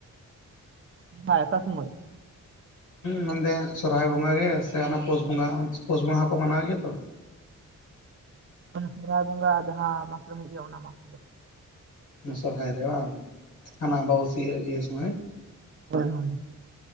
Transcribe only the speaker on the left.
ᱢᱮᱱ ᱫᱚ ᱥᱚᱨᱦᱟᱭ ᱵᱚᱸᱜᱟ ᱜᱮ ᱥᱮ ᱚᱱᱟ ᱯᱩᱥ ᱵᱚᱸᱜᱟ-ᱯᱩᱥ ᱵᱚᱸᱜᱟ ᱦᱚᱸᱠᱚ ᱢᱟᱱᱟᱣ ᱜᱮᱭᱟ ᱛᱚ
ᱥᱚᱨᱦᱟᱭ ᱨᱮ ᱵᱟᱝ ᱦᱟᱱᱟ ᱟᱵᱟᱵᱟᱹᱥᱤᱭᱟᱹ ᱤᱭᱟᱹ ᱥᱚᱢᱚᱭ